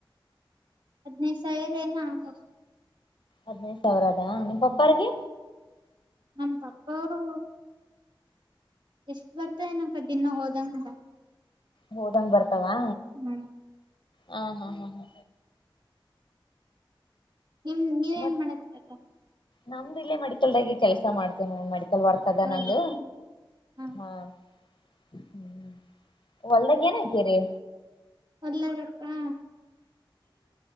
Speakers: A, on the right; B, on the left.
A: ಹದ್ನೈದ ಸಾವಿರ ಏನ ಆಗ
B: ಹದ್ನೈದು ಸಾವಿರ ಅದಾ ನಿ ಪಪ್ಪಾರ್ಿಗೆ
A: ನ ತಪ್ಪಾರು ಎಷ್ಟ ಬರ್ತಾ ನಕ ದಿನ ಹೋದಂಗ
B: ಹೋದಂಗ್ ಬರ್ತ ವಾ
A: ಹ್ಮ್
B: ಹಾ ಹಾ ಹಾ ಹಾ
A: ನಿಮ ನೀವ್
B: ಮತ್
A: ಏನ್ ಮಾಡತ್ತೀರಕ್ಕ
B: ನಮ್ದು ಇೇ ಮೆಡಿಕಲ್ದಾಗಿ ಕೆಲಸ ಮಾಡ್ತೇನೆ ಮೆಡಲ್ ಬರ್ತದ
A: ಹೌದಕ್ಕ
B: ನಂದು
A: ಹ
B: ಹಾ ಹ್ಮ ಹೊಲ್ದಾಗ ಏನಾಗ್ಯರಿ
A: ಒಲ್ಲಾಗತ್ತಾ